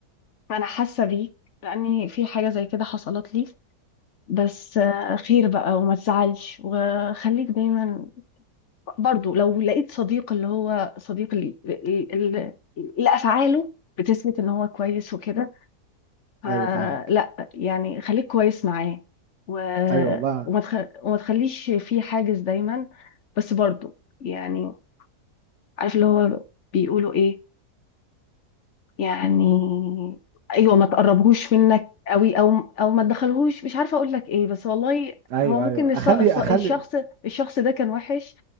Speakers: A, on the left; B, on the right.
A: انا حاسه بيك لاني في حاجه زي كده حصلت لي بس آه، خير بقى وما تزعلش وخليك دايما برضو لو لقيت صديق اللي هو صديق اللي, اللي اللي افعاله بتثبت ان هو كويس وكده فلا
B: ايوه فاهمك
A: يعني خليك كويس معاه و...
B: ايوه والله
A: وما تخ... وما تخليش في حاجز دايما بس برضو يعني عارف اللي هو بيقولوا ايه يعني ايوه ما تقربهوش منك قوي او او ما تدخلهوش مش عارفه اقول لك ايه بس والله
B: ايوه
A: هو ممكن
B: ايوه اخلي
A: الص- الص-
B: اخلي
A: الشخص الشخص ده كان وحش